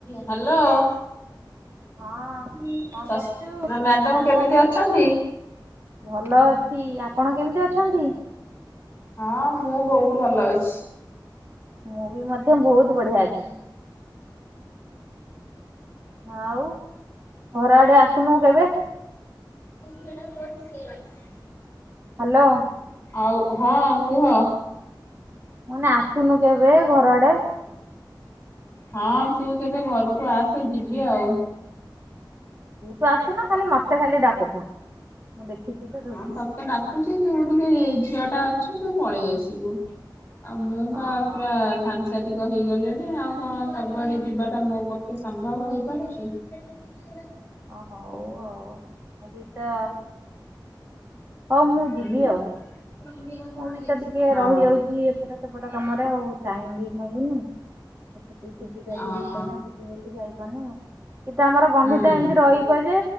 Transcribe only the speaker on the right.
ହଁ
କଣ କରୁଛୁ?
ସାଙ୍ଗ
ଭଲ ଅଛି ଆପଣ କେମିତି ଅଛନ୍ତି?
ମୁଁ ବି ମଧ୍ୟ ବହୁତୁ ବଢିଆ ଅଛି। ଆଉ ଘର ଆଡେ ଆସୁନୁ କେବେ?
ହ୍ୟାଲୋ।
ମାନେ ଆସୁନୁ କେବେ ଘର ଆଡେ।
ତୁ ତ ଆସୁନ ଖାଲି ମତେ ଖାଲି ଡାକୁଥା। ମୁଁ ଦେଖିଛି ତ। ଧଉଡିକି
ଓହୋ
ଅ ହଉ ଆଉ, ମୁଁ ବି ତ ହଉ ମୁଁ
ଯିବି ଆଉ।
ମୁଁ ବି ତ ଟିକେ
ରହିଯାଉଚି ଏପଟ ସେପଟ କାମରେ ଆଉ ଟାଇମ ବି ମିଳୁନି। ମତେ ଟିକେ ସୁବିଧା ବି
ହେଇପାରୁନି ଯିବି ବୋଲିି ଯାଇପାରୁନି ଆଉ। କିନ୍ତୁ ଆମର ବନ୍ଧୁତା
ଏମିତି ରହିବ ଯେ